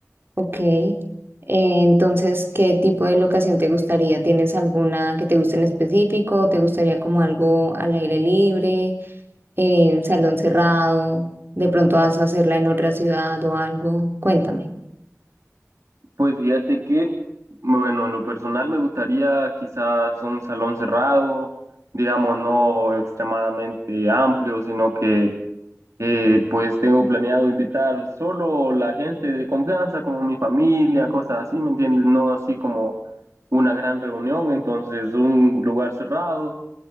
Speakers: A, on the right; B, on the right.
A: Ok. Eh, entonces, ¿qué tipo de locación te gustaría? ¿Tienes alguna que te guste en específico? ¿Te gustaría como algo al aire libre, eh, salón cerrado? ¿De pronto vas a hacerla en otra ciudad o algo? Cuéntame.
B: Pues fíjate que, bueno, en lo personal me gustaría quizás un salón cerrado, digamos, no extremadamente amplio, sino que eh, pues tengo planeado invitar solo la gente de confianza, como mi familia, cosas así, ¿me entiendes? No así como una gran reunión, entonces un lugar cerrado